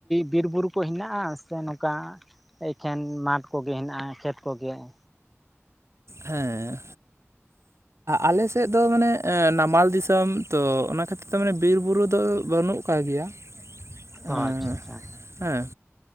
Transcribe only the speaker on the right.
ᱦᱮᱸ ᱟᱞᱮ ᱥᱮᱫ ᱫᱚ ᱢᱟᱱᱮ ᱱᱟᱢᱟᱞ ᱫᱤᱥᱚᱢ ᱛᱚ ᱚᱱᱟ ᱠᱷᱟᱹᱛᱤᱨ ᱛᱮ ᱢᱟᱱᱮ ᱵᱤᱨ ᱵᱩᱨᱩ ᱫᱚ ᱵᱟᱹᱱᱩᱜ <unintelligible> ᱜᱮᱭᱟ
ᱦᱮᱸ
ᱦᱮᱸ